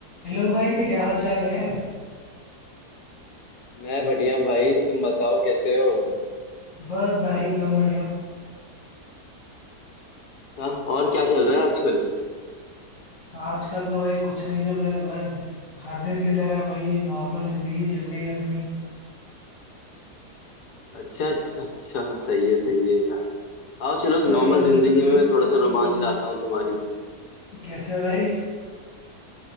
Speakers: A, on the left; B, on the left.
A: हेलो भाई क्या हाल चाल है
B: मैं बढ़िया हूँ भाई तुम बताओ कैसे हो
A: बस भाई एकदम बढ़िया
B: अच्छा और क्या चल रहा है आजकल
A: आजकल तो भाई कुछ नहीं चल रहा है बस हर दिन की तरह भाई नॉर्मल जिंदगी चल रही है अपनी
B: अच्छा अच्छा अच्छा हाँ, सही है सही है यार आओ चलो इस
A: सही
B: नॉर्मल
A: बात
B: जिंदगी
A: है भाई
B: में थोड़ा सा रोमांच लाता हूँ तुम्हारी
A: कैसे भाई